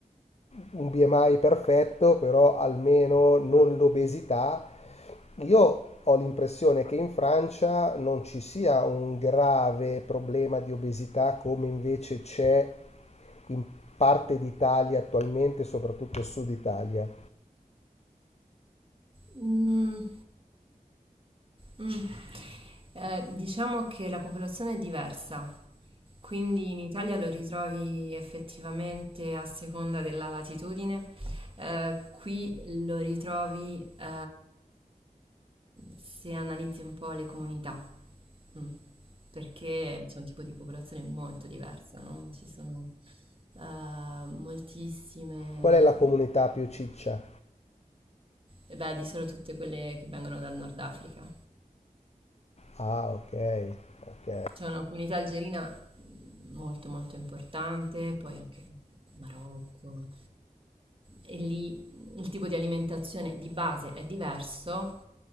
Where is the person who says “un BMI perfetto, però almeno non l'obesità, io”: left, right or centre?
Left